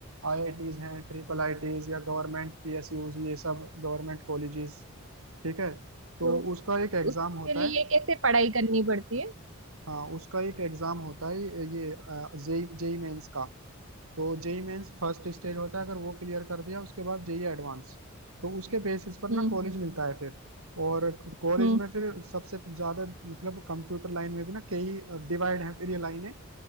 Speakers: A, on the right (about 80°); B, on the right (about 65°).
A: आईआईटीज हैं ट्रिपल आईटीज या गवर्नमेंट पीएसयूज ये सब गवर्नमेंट कॉलेजेस ठीक है तो
B: तो
A: उसका एक एग्ज़ाम
B: उसके
A: होता
B: लिए
A: है
B: कैसे पढ़ाई करनी पड़ती है
A: हाँ उसका एक एग्ज़ाम होता है ये जेई जेई मेंस का तो जेई मेंस फर्स्ट स्टेज होता है अगर वो क्लियर कर दिया उसके बाद जेई एडवांस तो उसके बेसिस पर ना
B: हम्म
A: कॉलेज
B: हम्म
A: मिलता है फिर और कॉलेज
B: हम्म।
A: में फिर सबसे ज्यादा मतलब कंप्यूटर लाइन में भी ना कई डिवाइड है फिर ये लाइनें